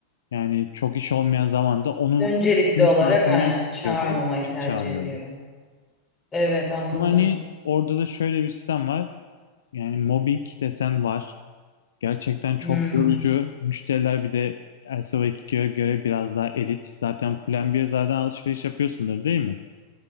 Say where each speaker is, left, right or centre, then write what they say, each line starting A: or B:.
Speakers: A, on the left; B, on the left.
A: yani çok iş olmayan zamanda onun
B: Öncelikli
A: ne
B: olarak
A: saatinden
B: aynen
A: kısıyordu,
B: çağırmamayı
A: beni
B: tercih
A: çağırıyordu.
B: ediyorum. Evet anladım.
A: Ama hani orada da şöyle bir sistem var. Yani mobbing desen var. Gerçekten çok
B: Hmm.
A: yorucu. Müşteriler bir de Elsevier ikiye göre biraz daha elit. Zaten Plan B'ye zaten alışveriş yapıyorsundur değil mi?